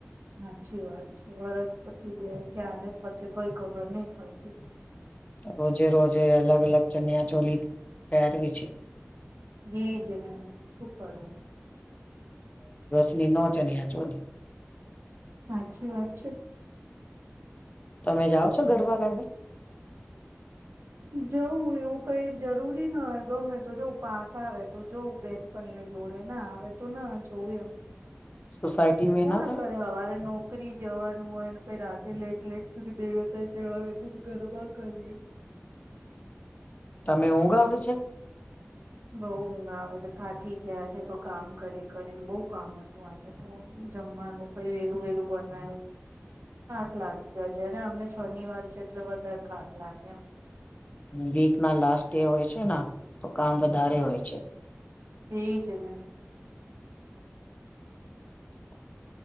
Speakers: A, on the right; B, on the left.
A: હાચી વાત છે, વર્સ પછી ગ ક્યારે કોઈ ખબર નહ પડતી
B: રોજે રોજે, અલગ અલગ, ચણિયા ચોલી પહેરવી છે
A: એજને શુપર
B: ની નો ચણ્યા ચોલી
A: હાચી વાત છે.
B: તમે જાઓ છો, ગરબા ગરબે
A: જવું એવું કઈ જરૂરી ન હોય, ગમે તો જોવું પાસ આવે તો જવું બેન ફણીઈ જોડે ના આવે, તો ના જોવું એમ
B: સોસાયટી મે
A: કોણ
B: ના થાય
A: કરે? હવારે નોકરી જવાનું હોય. પછી રાતેે લેટ લેટ સુધી બે વતા ત્રણ વાગ્યાં સુધી ગરબા કરીએ.
B: તમે ઊંઘ ગાવ છે.?
A: બઉ ઊંઘ આવે છે. થાકી ગયા છેે. તો કામ કરી કરીને બઉ કામ હતું. આજે તો, જમવાનું પૈ વેલું વેલું બનાયું. થાક લાગ છે, જ્યારે અમે શનિવાર છે, એટલે વધારે થાક લાગે એમ,
B: વીક ના લાસ્ટ ડે હોય છે ના, તો કામ વધારે હોય છે.
A: એ જ ને
B: હ <inaudible>